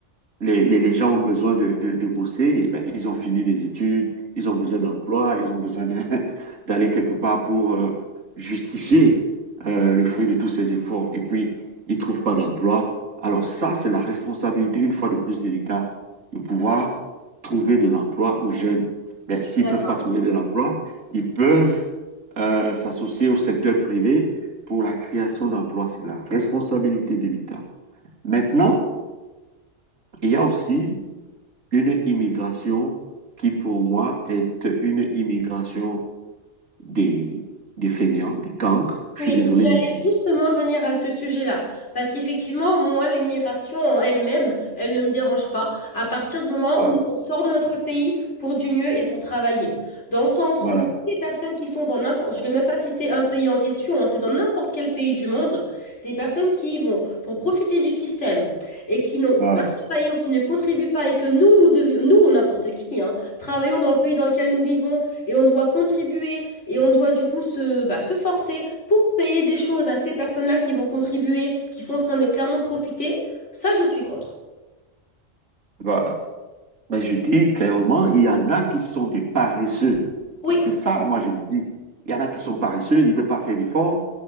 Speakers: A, on the right; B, on the left.
A: les, les, les gens ont besoin de, de, de bosser, eh ben, ils ont fini des études, ils ont besoin d'emploi, ils ont besoin de- <laughs> d'aller quelque part pour euh, justifier euh, le fruit de tous ces efforts. Et puis, ils ne trouvent pas d'emploi. Alors ça, c'est la responsabilité, une fois de plus, de l'État, de pouvoir trouver de l'emploi aux jeunes. Mais
B: Je
A: s'ils
B: suis d'accord.
A: ne peuvent pas trouver de l'emploi, ils peuvent euh, s'associer au secteur privé pour la création d'emplois. C'est la responsabilité de l'État. Maintenant, il y a aussi une immigration qui, pour moi, est une immigration des, des fainéants, des cancres. Je
B: Oui,
A: suis désolé
B: j'allais
A: d'utiliser.
B: justement venir à ce sujet-là, parce qu'effectivement, moi, l'immigration en elle-même, elle ne me dérange pas à partir du moment
A: Voilà,
B: où on sort de notre pays pour du mieux et pour travailler. Dans le sens
A: voilà,
B: où des personnes qui sont dans n'importe, je vais même pas citer un pays en question, hein, c'est dans n'importe quel pays du monde, des personnes qui y vont pour profiter du système et qui n'ont
A: voilà.
B: pas travaillé ou qui ne contribuent pas et que nous, nous devions, nous ou n'importe qui, hein, travaillons dans le pays dans lequel nous vivons et on doit contribuer et on doit du coup se, bah, se forcer pour payer des choses à ces personnes-là qui vont contribuer, qui sont en train de clairement profiter, ça, je suis contre.
A: voilà. Mais je dis clairement, il y en a qui sont des paresseux.
B: Oui,
A: Parce que ça, moi, je le dis. Il y en a qui sont paresseux, ils ne veulent pas faire d'efforts.